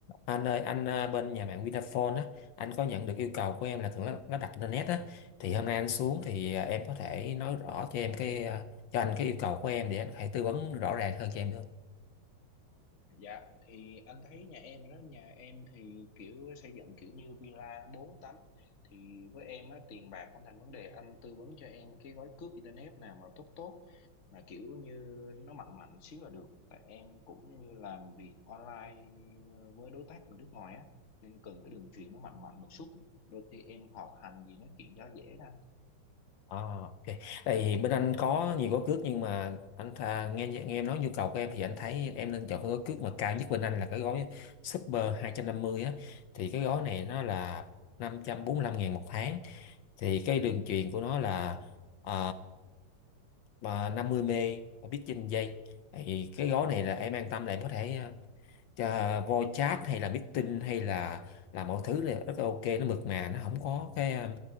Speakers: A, on the left; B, on the left.
A: Anh ơi, anh à, bên nhà mạng Vinaphone á, anh có nhận được yêu cầu của em là cần lắp lắp đặt internet á, thì hôm nay anh xuống thì à, em có thể nói rõ cho em cái à, cho anh cái yêu cầu của em để anh có thể tư vấn rõ ràng hơn cho em được không?
B: Dạ thì anh thấy nhà em đó nhà em thì kiểu xây dựng kiểu như villa 4 tấm thì với em á tiền bạc không thành vấn đề anh tư vấn cho em cái gói cước internet nào mà tốt tốt mà kiểu như nó mạnh mạnh xíu là được tại em cũng như làm việc online với đối tác người nước ngoài á nên cần cái đường truyền nó mạnh mạnh một chút đôi khi em họp hành gì nói chuyện cho dễ đó
A: À, ok. Tại vì bên anh có nhiều gói cước nhưng mà anh tha, nghe nghe em nói nhu cầu của em thì anh thấy em nên chọn cái gói cước mà cao nhất bên anh là cái gói Super 250 á, thì cái gói này nó là 545 ngàn một tháng thì cái đường truyền của nó là à, mà 50 mê và biết trên giây thì cái gói này là em an tâm là em có thể ờ, cho voice chat hay là meeting hay là là mọi thứ là rất là ok nó mượt mà nó không có cái ờ,